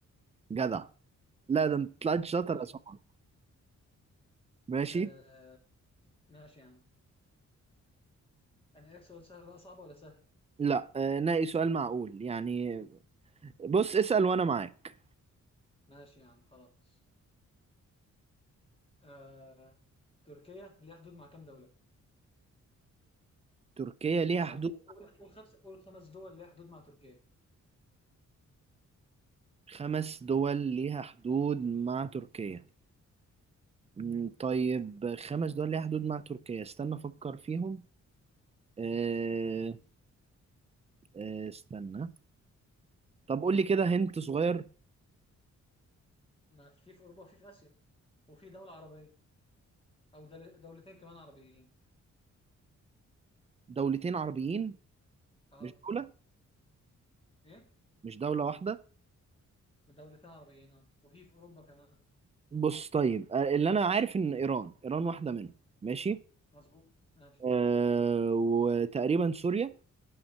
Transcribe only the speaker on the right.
جدع لا ده انت طلعت شاطر
يا سمر ماشي
لا آه، ناقي سؤال معقول يعني بص اسال وانا معاك
تركيا ليها حدود
خمس دول ليها حدود مع تركيا مم، طيب خمس دول ليها حدود مع تركيا استنى افكر فيهم أه أه استنى طب قول لي كده هنت صغير
دولتين عربيين
مش دولة
مش دولة واحدة
بص طيب آه، اللي انا عارف ان ايران ايران واحدة منهم ماشي
أه وتقريبا سوريا